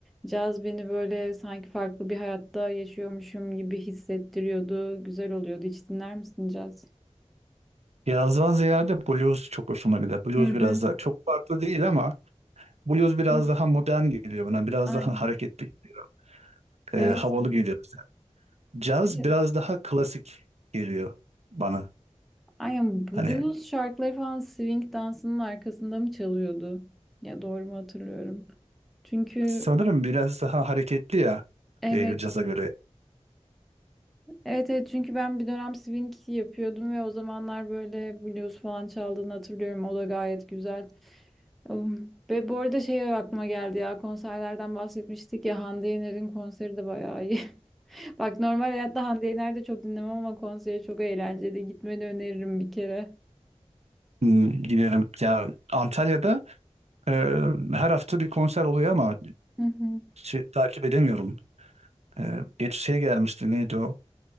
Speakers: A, in the centre; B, on the right (about 65°).
A: caz beni böyle sanki farklı bir hayatta yaşıyormuşum gibi hissettiriyordu. Güzel oluyordu. Hiç dinler misin caz?
B: Yazdan ziyade blues çok hoşuma gidiyor. Blues
A: Hı hı.
B: biraz daha çok farklı değil ama blues biraz
A: Evet.
B: daha modern geliyor bana. Biraz
A: Aynen.
B: daha hareketli geliyor. Ee,
A: Evet.
B: havalı geliyor mesela. Caz
A: Bir de
B: biraz daha klasik geliyor bana.
A: Aynen. Blues
B: Hani
A: şarkıları falan swing dansının arkasında mı çalıyordu? Ya doğru mu hatırlıyorum? Çünkü
B: sanırım biraz daha hareketli ya
A: evet
B: e, caza göre.
A: Evet evet çünkü ben bir dönem swing yapıyordum ve o zamanlar böyle blues falan çaldığını hatırlıyorum. O da gayet güzel. Um, Ve bu arada şey aklıma geldi ya konserlerden bahsetmiştik ya Hande Yener'in konseri de bayağı iyi. <laughs> Bak normal hayatta Hande Yener de çok dinlemem ama konseri çok eğlenceli. Gitmeni öneririm bir kere.
B: Hmm, Giderim ya Antalya'da e, her hafta bir konser oluyor ama
A: Hı hı.
B: şey, takip edemiyorum. E, geç şey gelmişti neydi o?